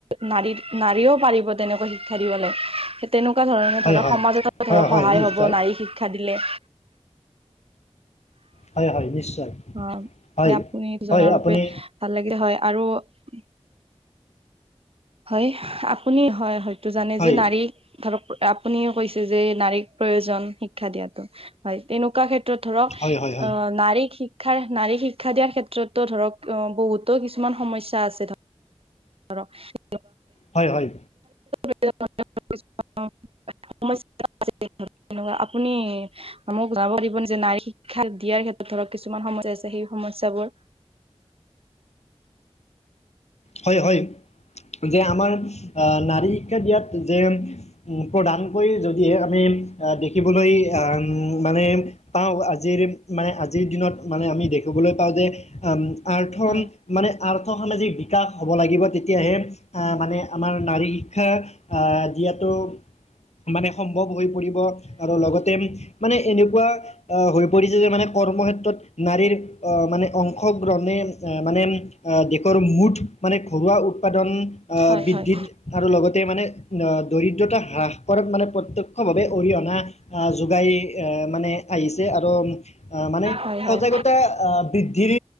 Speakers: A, on the right; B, on the left.
A: নাৰী নাৰীও পাৰিব তেনেকুৱা শিক্ষা দিবলৈ। তেনেকুৱা ধৰণে
B: হয়
A: ধৰক
B: হয়
A: সমাজত ধৰক
B: হয়
A: সহায়
B: হয় নিশ্চয়
A: হ'ব নাৰীক শিক্ষা দিলে।
B: হয় হয় নিশ্চয়।
A: অ স
B: হয়
A: আপুনি
B: হয়
A: জনাৰ বাবে
B: আপুনি
A: ভাল লাগিল হয় আৰু <unintelligible> হয় আপুনি হয় হয়তো জানে
B: হয়
A: যে নাৰীক ধৰক আপুনিও কৈছে যে নাৰীক প্ৰয়োজন শিক্ষা দিয়াো হয় তেনেকুৱা ক্ষেত্ৰত। থৰ অ
B: হয় হয় হয়
A: নাৰী শ। শিক্ষাৰ, নাৰী শিক্ষা দিয়াৰ ক্ষেত্ৰতো ধৰক বহুতো কিছুমান সমস্যা আছে ধ <unintelligible>
B: হয়-হয়।
A: <unintelligible> তেনেকুৱা। আপুনি মোক জনাব দাগিবনে যে নাৰী শিক্ষা দিয়াৰ ক্ষেত্ৰত ধৰক কিছুমান সমস্যা আছে সমস্যাবোৰ।
B: হয় হয়। যে আমাৰ নাৰী শিক্ষা দিয়াত যে প্ৰধানকৈ যদিহে আমি। দেখিবলৈ আহ মানে পাওঁ আজিৰ মানে আজিৰ দিনত মানে আমি। দেখিবলৈ পাওঁ যে। আৰ্থ
A: হয়
B: মানে আৰ্থ সামাজিক বিকাশ হ'ব লাগিব তেতিয়াহে। মানে আমাৰ নাৰী শিক্ষা আহ দিয়টো। মানে সম্ভৱ হৈ পৰিব আৰু লগতে মানে এনেকুৱা আহ হৈ পৰিছে যে মানে। কৰ্মক্ষেত্ৰত নাৰীৰ মানে অংশগ্ৰহণে মানে দেশৰ মুঠ। মানে ঘৰুৱা উৎপাদন আহ
A: হয়
B: বৃদ্ধিত
A: হয়
B: আৰু লগতে মানে দৰিদ্ৰতা হ্ৰাস কৰাত মানে প্ৰত্য়ক্ষ ভাৱে অৰিহণা আহ যোগাই এ মানে। আহিছে আৰু আহ মানে
A: হয় হয়
B: সজাগতা বৃদ্ধিৰ